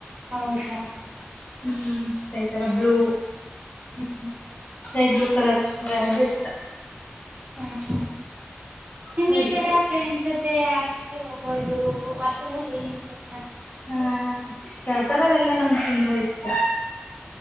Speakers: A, on the right; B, on the left.
A: ಹೌದಾ
B: ಹ್ಮ್ ಆಯ್ತರ ಬ್ಲೂ.
A: ಹ್ಮ್ ಹ್ಮ್
B: ಸೈ ಬ್ಲೂ ಕಲರ್ ಅಂದ್ರೆ ಇಷ್ಟ.
A: ಹ್ಮ್ಮ್ ಹ್ಮು ಹುಂ
B: ಸರಿ
A: ಈ ತರ ಫ್ರೆಂಡ್ಸ್ ಮತ್ತೆ ಹಾಸ್ಟೆಲ್ ಹೋಗೋದು ಆಥರ ಏನ್ ಈಸ್ಕೊಂಡಿದ್ದೆ.
B: ಹಾ ತರ್ತರವೆಲ್ಲಾ ನಮ್ಗೆ ತುಂಬಾ ಇಷ್ಟ